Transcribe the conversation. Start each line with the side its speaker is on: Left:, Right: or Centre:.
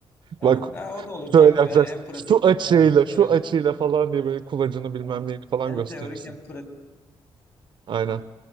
Left: Ha,
Right: Bak
Left: ha, o da olur
Right: şöyle
Left: tabii.
Right: yapacaksın.
Left: Yani hem pratik.
Right: Şu açıyla
Left: Ha,
Right: şu
Left: evet.
Right: açıyla falan diye böyle kulacını bilmem
Left: Aha.
Right: neyini falan
Left: Hem
Right: gösterirsin.
Left: teorik hem pratik.
Right: Aynen.